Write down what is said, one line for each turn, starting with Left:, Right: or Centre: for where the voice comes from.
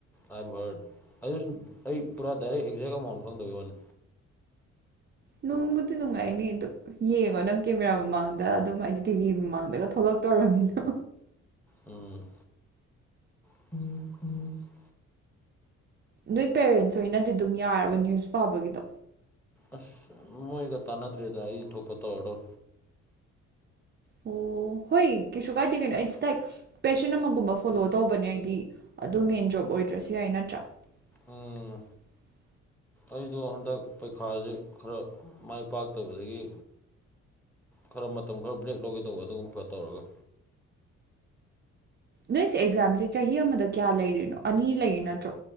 Centre: ꯑꯥꯏꯕ ꯋ꯭ꯔꯠ ꯑꯗ ꯁꯨꯝ ꯑꯩ ꯄꯨꯔꯥ ꯗꯥꯏꯔꯦꯛ ꯑꯦꯛꯖꯦꯛ ꯑꯦꯃꯥꯎꯟ ꯈꯪꯗꯩ ꯋꯅꯦ
Right: ꯅꯣꯡꯕꯨꯗꯤ ꯇꯅꯨꯡꯉꯥꯏꯅꯤ ꯑꯗꯨ ꯌꯦꯡꯉꯣ ꯅꯪ ꯀꯦꯃꯦꯔꯥ ꯃꯃꯥꯡꯗ ꯑꯗꯨꯝ ꯍꯥꯏꯗꯤ ꯇꯤꯚꯤ ꯃꯃꯥꯡꯗꯒ ꯊꯣꯛꯂꯛꯇꯧꯔꯕꯅꯤꯅ
Centre: ꯎꯝ <unintelligible>
Right: ꯅꯣꯏ ꯄꯦꯔꯦꯟꯁ ꯍꯣꯏꯅꯗꯤ ꯑꯗꯨꯝ ꯌꯥꯔꯕ ꯅ꯭ꯌꯨꯁ ꯄꯥꯕꯒꯤꯗꯣ
Centre: ꯑꯁ ꯃꯣꯏꯒ ꯇꯥꯟꯅꯗ꯭ꯔꯦꯗ ꯑꯩ ꯊꯣꯛꯄ ꯇꯧꯔꯗꯧ
Right: ꯑꯣ ꯍꯣꯏ ꯀꯩꯁꯨ ꯀꯥꯏꯗꯦ ꯀꯩꯅꯣ ꯑꯦꯠꯁ ꯇꯥꯏꯛ ꯄꯦꯁꯟ ꯑꯃꯒꯨꯝꯕ ꯐꯣꯂꯣ ꯇꯧꯕꯅꯦ ꯍꯥꯏꯗꯤ ꯑꯗꯨ ꯃꯦꯟ ꯖꯣꯕ ꯑꯣꯏꯗ꯭ꯔꯁꯨ ꯌꯥꯏ ꯅꯠꯇ꯭ꯔꯥ <unintelligible>
Centre: ꯎꯝ
Right: <inaudible>
Centre: ꯑꯩꯗꯣ ꯍꯟꯗꯛ ꯄꯩꯈꯥꯖꯦ ꯈꯔ ꯃꯥꯏ ꯄꯥꯛꯇꯕꯗꯒꯤ ꯈꯔ ꯃꯇꯝ ꯈꯔ ꯕ꯭ꯔꯦꯛ ꯂꯧꯒꯦ ꯇꯧꯕ ꯑꯗꯨꯒꯨꯝꯕ ꯇꯧꯔꯒ
Right: ꯅꯣꯏꯁꯦ ꯑꯦꯛꯖꯥꯝꯁꯦ ꯆꯍꯤ ꯑꯃꯗ ꯀꯌꯥ ꯂꯩꯔꯤꯅꯣ ꯑꯅꯤ ꯂꯩꯔꯤ ꯅꯠꯇ꯭ꯔꯣ